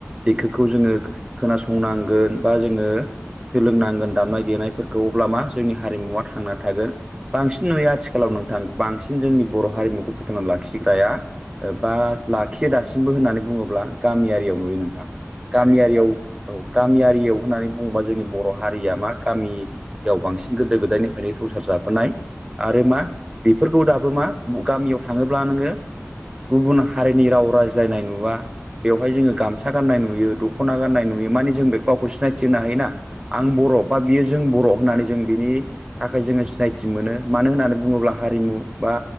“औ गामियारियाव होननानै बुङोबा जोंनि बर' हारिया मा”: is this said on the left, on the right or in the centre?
Right